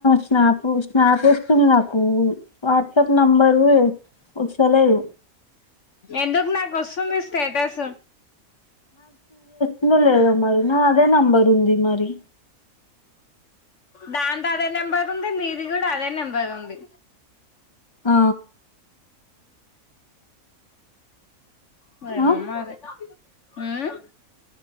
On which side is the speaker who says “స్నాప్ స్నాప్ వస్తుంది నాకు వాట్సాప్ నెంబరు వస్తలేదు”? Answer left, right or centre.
Left